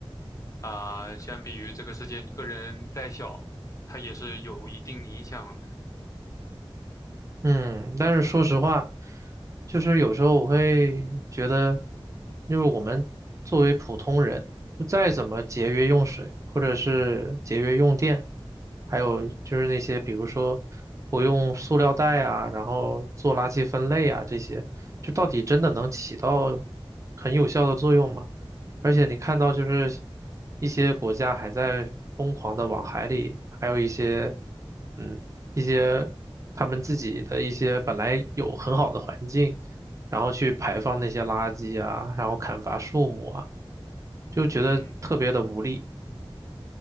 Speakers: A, on the left (about 35°); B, on the right (about 35°).
A: 啊、相比于这个世界，你个人再小，它也是有一定影响的。
B: 嗯，但是说实话，就是有时候我会觉得，就是我们作为普通人，就再怎么节约用水，或者是节约用电，还有就是那些比如说不用塑料袋啊，然后做垃圾分类啊这些，就到底真的能起到很有效的作用吗？而且你看到就是一些国家还在疯狂的往海里，还有一些嗯一些他们自己的一些本来有很好的环境，然后去排放那些垃圾啊，然后砍伐树木啊，就觉得特别的无力。
A: 嗯，